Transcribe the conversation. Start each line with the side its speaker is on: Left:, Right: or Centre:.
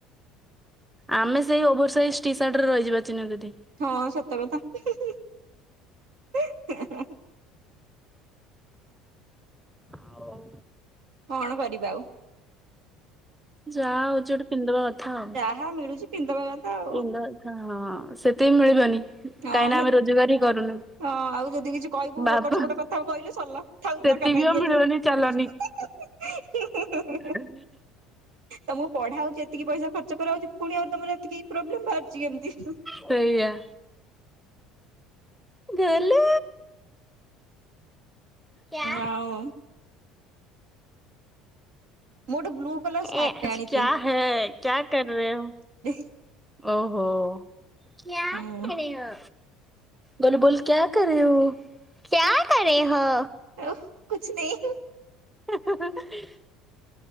Centre: ଆମେ ସେଇ ଓଭରସାଇଜ୍ ଟି ସାର୍ଟରେ ରହିିବ ଚିନା ଦିଦି।
Right: ହଁ ସତକଥା ହୁଁ ହୁଁ ଏଁ ହାଁ ହାଁ।
Centre: ଆଉଁ।
Right: କଣ କରିବା ଆଉ?
Centre: ଯାହା ହଉଛି ଗୋଟେ ପିନ୍ଧିବା କଥା ଆଉଁ।
Right: ହଁ ମିଳୁଛି। ପିନ୍ ଦବା କଥା ଆଉ।
Centre: ଇନନ୍ଦ ଘା ହଁ ସେତିକି ବି ମିଳିବନି କାହିଁକି
Right: ହଁ
Centre: ନାଁ
Right: ସେ
Centre: ଆମେ ରୋଜଗାର ହିଁ କରୁନୁ।
Right: ହଁ ଆଉ ଯଦି କିଛି କହିବୁ
Centre: ବାବା
Right: ଏପଟ ସେପଟ କଥା କହିଲୁ ସରିଲା ଥାଉ
Centre: ସେତିକି
Right: ଦରକାର ନାହିଁ
Centre: ଆଉ
Right: ଦିଆ
Centre: ମିଳିବନି
Right: ଯିବନି।
Centre: ଚାଲ
Right: ହେଁ ହେଁ ହେଁ <unintelligible>
Centre: ହୁଁ।
Right: ତମକୁ ପଢା ହଉଛି ଏତିକି ପଇସା ଖର୍ଚ୍ଚ କରା ହଉଛି। ପୁଣି ଆଉଁ ତମର ଏତିକି ପ୍ରୋବ୍ଲେମ ବାହାରୁଛି କେମିତି?
Centre: ସେଇଆ। ଗୋଲୁ। କିୟା?
Right: ଆଉ ମୁଁ ଗୋଟେ ବ୍ଲୁ କଲର ସାର୍ଟ
Centre: ଏ ଆଜ
Right: ଟେ ଆଣିଛି।
Centre: କ୍ୟା ହେ କ୍ୟା କର ରହେ ହୋ?
Right: <unintelligible>
Centre: ଓ ହୋ। କ୍ୟା
Right: ହୁଁ
Centre: କର ରହିହୋ? ଗୋଲୁ ବୋଲୁ କ୍ୟା କରେ ରହି ହୋ? କ୍ୟା କରରହି ହୋ?
Right: ଆଉ କୁଛୁ ନେହିଁ?
Centre: ହେଁ ହେଁ ହେଁ ଏଁ।